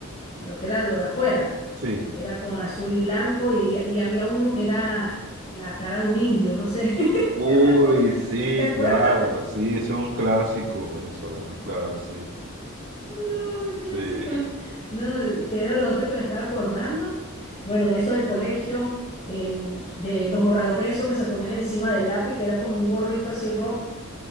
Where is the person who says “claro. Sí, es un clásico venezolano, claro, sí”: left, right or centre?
Right